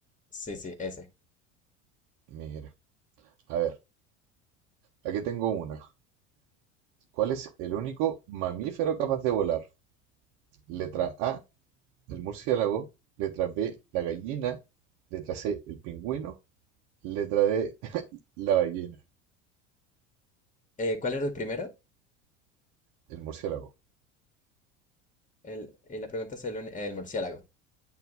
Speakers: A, on the left; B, on the right.
A: Sí, sí, ese.
B: mira. A ver, aquí tengo una. ¿Cuál es el único mamífero capaz de volar? Letra A, el murciélago. Letra B, la gallina. Letra C, el pingüino. Letra D, <laughs> la ballena.
A: Eh, ¿cuál era el primero?
B: El murciélago.
A: El, y la pregunta es el, un- el murciélago.